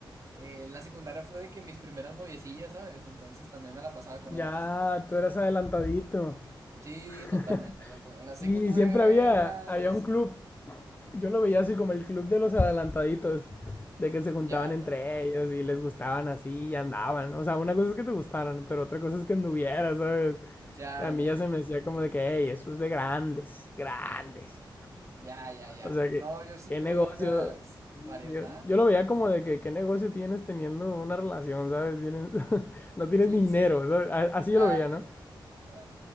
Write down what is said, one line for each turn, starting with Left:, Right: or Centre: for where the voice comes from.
Right: eh, en la secundaria fue de que mis primeras noviecillas, ¿sabes? Entonces también me la pasaba con
Left: Ya,
Right: ellas.
Left: tú eras adelantadito.
Right: Sí,
Left: <laughs>
Right: totalmente, loco. En la secu
Left: Y
Right: tuve
Left: siempre había,
Right: unas.
Left: había un club, yo lo veía así como el club de los adelantaditos, de que se juntaban
Right: Ya, ya.
Left: entre ellos y les gustaban así y andaban. O sea, una cosa es que te gustaran, pero otra cosa es que anduvieras, ¿sabes?
Right: Ya,
Left: A
Right: ya,
Left: mí ya se
Right: ya.
Left: me hacía como de que, hey, eso es de grandes, grandes.
Right: Ya, ya, ya.
Left: O sea,
Right: No,
Left: que
Right: yo sí
Left: qué
Right: tuve
Left: negocio.
Right: unas.
Left: Sí,
Right: Varias,
Left: Yo
Right: ajá.
Left: yo lo veía como de que qué negocio tienes teniendo una relación, ¿sabes? Tienes- <laughs> no tienes
Right: Sí,
Left: ni dinero,
Right: sí.
Left: ¿sabes? A- Así
Right: Ah,
Left: yo lo veía,
Right: ándale.
Left: ¿no?
Right: No,